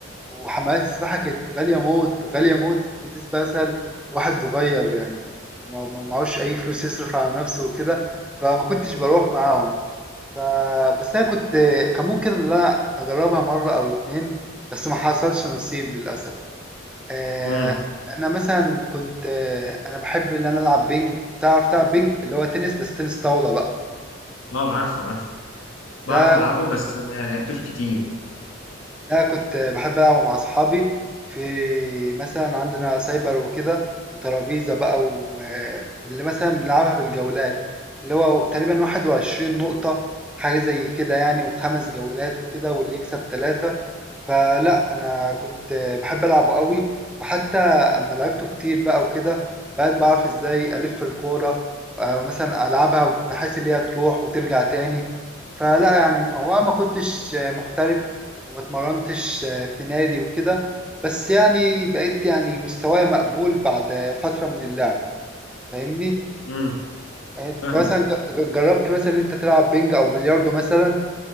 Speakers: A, in the centre; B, on the left.
A: وحمامات السباحة كانت غالية موت غالية موت بالنسبة مثلا لواحد صغير يعني وما- ما معهوش أي فلوس يصرف على نفسه وكده فما كنتش بروح معاهم ف بس أنا كنت كان ممكن إن أنا أجربها مرة أو اتنين بس ما حصلش نصيب للأسف آه،
B: امم
A: انا مثلا كنت آه، انا بحب ان انا العب بينج تعرف تلعب بينج اللي هو تنس بس تنس طاولة بقى
B: أه عارفه عارفه بعرف
A: ده
B: ألعبه
A: كنت
B: بس ما لعبتوش كتير
A: ده كنت بحب العبه مع اصحابي في مثلا عندنا سايبر وكده وترابيزة بقى و- آه، واللي مثلا بنلعبها بالجولات اللي هو تقريبا 21 نقطة حاجة زي كده يعني وخمس جولات وكده واللي يكسب ثلاثة فلأ، أنا كنت باحب ألعبه أوي، وحتى أمّا لعبته كتير بقى وكده، بقيت باعرف إزاي ألِف الكورة، أو مثلًا ألعبها بحيث اللي هي تروح وترجع تاني، فلأ يعني هو أنا ما كنتش آه، محترف وما اتمرنتش آه، في نادي وكده، بس يعني بقيت يعني مستوايا مقبول بعد فترة من اللعب، فاهمني؟
B: امم
A: آه، أنت
B: فاهمك
A: مثلًا ج ج جرّبت مثلًا إن أنت تلعب بينج أو بلياردو مثلًا؟